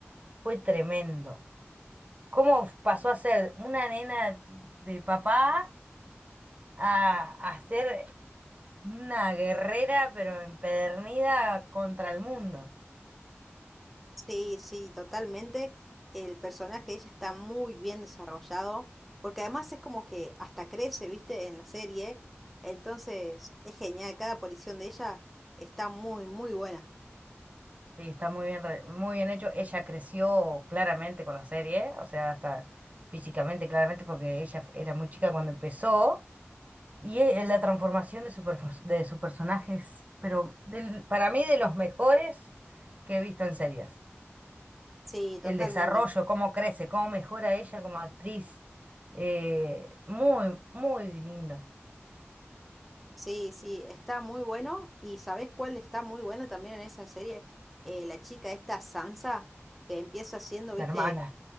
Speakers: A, on the right; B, in the centre.
A: fue tremendo. cómo pasó a ser una nena de papá a, a ser una guerrera, pero empedernida contra el mundo.
B: Sí, sí, totalmente. El personaje de ella está muy bien desarrollado, porque además es como que hasta crece, ¿viste? En la serie. Entonces, es genial. Cada aparición de ella está muy, muy buena.
A: Sí, está muy bien, re- muy bien hecho. Ella creció claramente con la serie, o sea, hasta físicamente, claramente, porque ella fu- era muy chica cuando empezó. Y e- la transformación de su, perfo- de su personaje es, pero del- para mí, de los mejores que he visto en series.
B: Sí, totalmente.
A: el desarrollo, cómo crece, cómo mejora ella como actriz. Eh, muy, muy lindo,
B: Sí, sí, está muy bueno. ¿Y sabés cuál está muy buena también en esa serie? Eh, la chica esta Sansa, que empieza siendo, ¿viste?
A: la hermana.